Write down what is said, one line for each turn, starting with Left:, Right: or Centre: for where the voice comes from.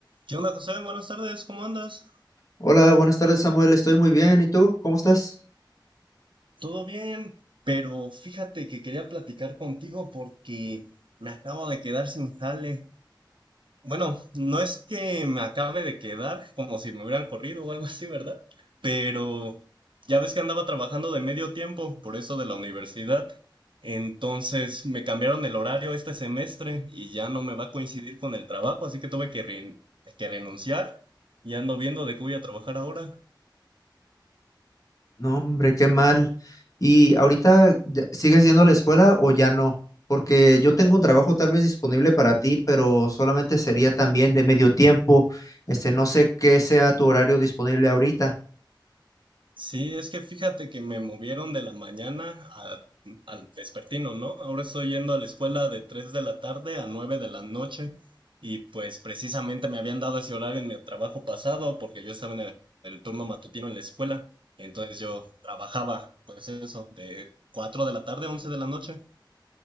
Right: ¿Qué onda, José? Buenas tardes, ¿cómo andas?
Left: Hola, buenas tardes Samuel, estoy muy bien. ¿Y tú? ¿Cómo estás?
Right: Todo bien, pero fíjate que quería platicar contigo porque me acabo de quedar sin jale. Bueno, no es que me acabe de quedar como si me hubieran corrido o algo así, ¿verdad? Pero ya ves que andaba trabajando de medio tiempo por eso de la universidad. Entonces me cambiaron el horario este semestre y ya no me va a coincidir con el trabajo, así que tuve que, ren- que renunciar y ando viendo de qué voy a trabajar ahora.
Left: No, hombre, qué mal. ¿Y ahorita ya- sigues yendo a la escuela o ya no? Porque yo tengo un trabajo tal vez disponible para ti, pero solamente sería también de medio tiempo. Este, no sé qué sea tu horario disponible ahorita.
Right: Sí, es que fíjate que me movieron de la mañana a- al vespertino, ¿no? Ahora estoy yendo a la escuela de 3 de la tarde a 9 de la noche y pues precisamente me habían dado ese horario en mi trabajo pasado porque yo estaba en el, el turno matutino en la escuela, entonces yo trabajaba pues eso, de 4 de la tarde a 11 de la noche,